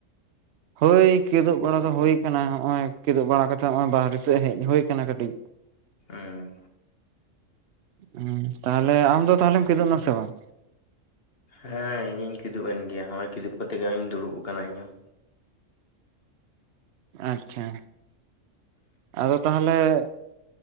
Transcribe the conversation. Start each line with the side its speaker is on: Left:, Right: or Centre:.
Right: ᱦᱳᱭ ᱠᱮᱫᱳᱜ ᱵᱟᱲᱟ ᱫᱚ ᱦᱩᱭ ᱠᱟᱱᱟ ᱦᱚᱸᱜᱼᱚᱭ ᱠᱮᱫᱳᱩᱜ ᱵᱟᱲᱟ ᱠᱟᱛᱮ ᱦᱚᱸᱜᱼᱚᱭ ᱵᱟᱦᱨᱮ ᱥᱮᱫ ᱦᱮᱡ ᱦᱩᱭ ᱟᱠᱟᱱᱟ ᱠᱟᱹᱴᱤᱡ᱾ <unintelligible>
Left: ᱦᱮᱸ᱾
Right: ᱦᱩᱸ ᱛᱟᱦᱚᱞᱮ ᱟᱢ ᱫᱚ ᱛᱟᱦᱚᱞᱮᱢ ᱠᱮᱫᱳᱜ ᱱᱟ ᱥᱮ ᱵᱟᱝ?
Left: ᱦᱮᱸ ᱤᱧᱦᱚᱧ ᱠᱤᱫᱩᱜ ᱮᱱ ᱜᱮᱭᱟ ᱱᱚᱜ-ᱚᱭ ᱠᱤᱫᱩᱜ ᱠᱟᱛᱮ ᱜᱮ ᱦᱚᱸᱜ-ᱚᱭ ᱫᱩᱲᱩᱵ ᱟᱠᱟᱱᱟ ᱤᱧᱦᱚᱸ᱾
Right: ᱟᱪᱪᱷᱟ᱾ ᱟᱫᱚ ᱛᱟᱦᱚᱞᱮ-